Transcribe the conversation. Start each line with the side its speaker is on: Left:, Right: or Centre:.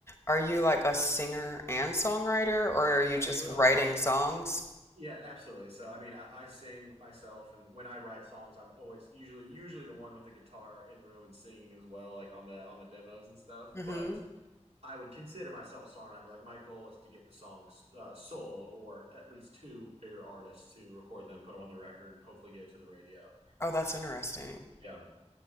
Left: are you like a singer and songwriter, or are you
Right: I
Left: just
Right: do it
Left: writing
Right: all.
Left: songs?
Right: Yeah, absolutely. So I mean, I, I sing myself, and when I write songs, I'm always usually usually the one with the guitar in the room and singing as well, like on the on the demos and stuff.
Left: Mm-hmm.
Right: But I would consider myself a songwriter. Like my goal is to get the songs uh, sold, or at least two bigger artists to record them, put them on the record, and hopefully get it to the radio.
Left: Oh, that's interesting.
Right: Yeah,